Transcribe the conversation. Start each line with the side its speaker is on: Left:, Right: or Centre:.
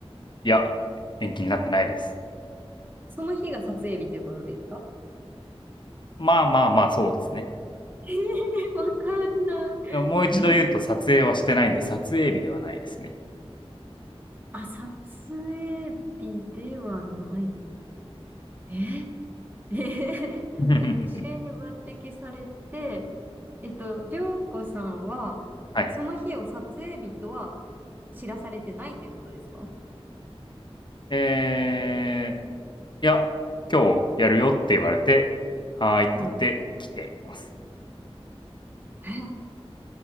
Left: いや、延期になってないです。
Right: その日が撮影日ということですか
Left: まあまあまあ、そうですね。
Right: えー、わかんな
Left: もう一度言うと、
Right: い。え、
Left: 撮影はしてないんで、撮影日ではないですね。
Right: あ、撮影日ではない。え <laughs> えへへえっと、
Left: <laughs>
Right: 主演に抜擢されて、えっと、涼子さんは、
Left: はい。
Right: その日を撮影日とは知らされてないということですか
Left: えいや、今日やるよって言われて、はーいって言って来ています。
Right: はい。<laughs> え、